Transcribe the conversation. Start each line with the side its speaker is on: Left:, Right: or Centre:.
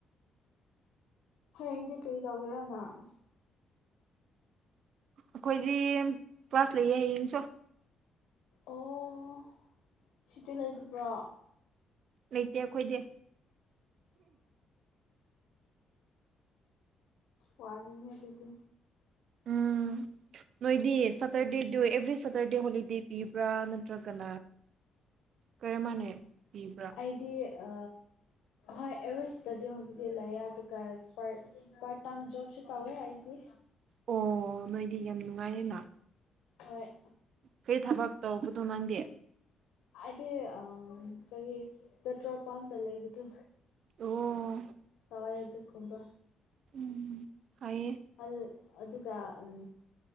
Left: ꯍꯌꯦꯡꯗꯤ ꯀꯔꯤ ꯇꯧꯒꯦꯔꯥ ꯅꯪ
Right: ꯑꯈꯣꯏꯗꯤ ꯀ꯭ꯂꯥꯁ ꯂꯩꯌꯦ ꯍꯌꯦꯡꯁꯨ
Left: ꯑꯣ ꯁꯨꯇꯤ ꯂꯩꯇꯕ꯭ꯔꯣ
Right: ꯂꯩꯇꯦ ꯑꯈꯣꯏꯗꯤ
Left: ꯋꯥꯔꯤꯅꯦ ꯑꯗꯨꯗꯤ
Right: ꯎꯝ ꯅꯣꯏꯗꯤ ꯁꯇꯔꯗꯦꯗꯨ ꯑꯦꯚ꯭ꯔꯤ ꯁꯦꯇꯔꯗꯦ ꯍꯣꯂꯤꯗꯦ ꯄꯤꯕ꯭ꯔꯥ ꯅꯠ ꯇ꯭ꯔꯒꯅ ꯀꯔꯝꯃꯥꯏꯅ ꯄꯤꯕ꯭ꯔꯥ
Left: ꯑꯩꯗꯤ ꯑ ꯍꯣꯏ ꯑꯦꯕ꯭ꯔꯤ ꯁꯠꯇꯔꯗꯦ ꯍꯣꯂꯤꯗꯦ ꯂꯩꯌꯦ ꯑꯗꯨꯒ ꯏꯁꯄꯥꯔꯠ ꯄꯥꯔꯠ ꯇꯥꯏꯝ ꯖꯣꯕꯁꯨ ꯇꯧꯋꯦ ꯑꯩꯗꯤ
Right: ꯑꯣ ꯅꯣꯏꯗꯤ ꯌꯥꯝ ꯅꯨꯡꯉꯥꯏꯔꯦꯅ
Left: ꯍꯣꯏ
Right: ꯀꯩ ꯊꯕꯛ ꯇꯧꯕꯗꯣ ꯅꯪꯗꯤ
Left: ꯑꯥꯏꯗꯤ ꯑ ꯀꯔꯤ ꯄꯦꯇ꯭ꯔꯣꯜ ꯄꯝꯇ ꯂꯩꯕꯗꯨ
Right: ꯑꯣ
Left: ꯍꯣꯏ ꯑꯗꯨꯒꯨꯝꯕ
Right: ꯎꯝ ꯍꯥꯏꯌꯦ
Left: ꯑꯗꯨ ꯑꯗꯨꯒ ꯎꯝ